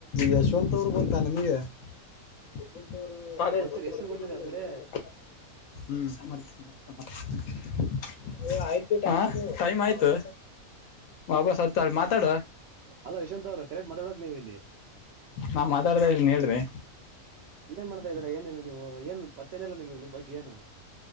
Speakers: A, on the left; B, on the right.
A: ಯಶವಂತ್ ಅವರು ಗೊತ್ತಾ ನಿಮಗೆ ಯಶವಂತ್ ಅವರು
B: ಗೊತ್ತಿರಿ
A: ಗೊತ್ತಿದೆ
B: ಹೆಸರು ಅಂದ್ರೆ
A: ಅಂದ್ರರಿ ಹ್ಮ್ ಸಮರ್ಥ ಸಮರ್ಥರ್ ಆಯ್ತು ಹ ಟೈಮ್ ಆಯ್ತು ವಾಪಸ್ ಅಲ್ಲಿ ಮಾತಾಡು
B: ಅಲ್ಲ ಯಶಂತ್ ಅವ್ರು ಕರೆಕ್ಟ್ ಮಾಡಾಡಕ್ ನೀವು ಇಲ್ಲಿ
A: ನಾನ್ ಮಾತಾಡ್ತಾ ಇದೀನ್ ಹೇಳ್ರಿ
B: ಏನ್ ಮಾಡ್ತಾ ಇದೀರಾ ಏನಿಲ್ಲ ನೀವು ಏನು ಪತ್ತೇನೆ ಏನಲ್ಲ ನೀವು ನಿಮ್ಮ ಬಗ್ಗೆ ಏನು